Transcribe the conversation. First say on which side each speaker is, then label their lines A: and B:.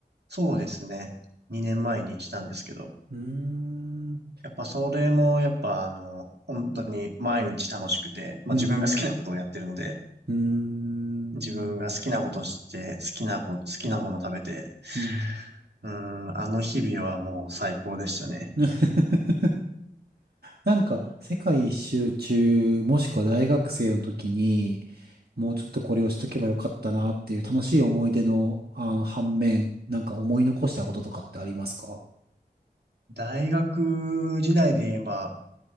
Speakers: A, on the right; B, on the right.
A: そうですね。2年前にしたんですけど。
B: うーん、
A: やっぱそれも、やっぱあの、本当に毎日楽しくて、まあ自分が好きなことをやってるので、
B: うん、うーん、
A: 自分が好きなことして、好きなこ、好きなもの食べて、
B: うん。
A: うーん、あの日々はもう最高でしたね。
B: <laughs> なんか、世界一周中、もしくは大学生の時に、もうちょっとこれをしとけばよかったなっていう楽しい思い出の、あの、反面、なんか思い残したこととかってありますか
A: 大学時代で言えば、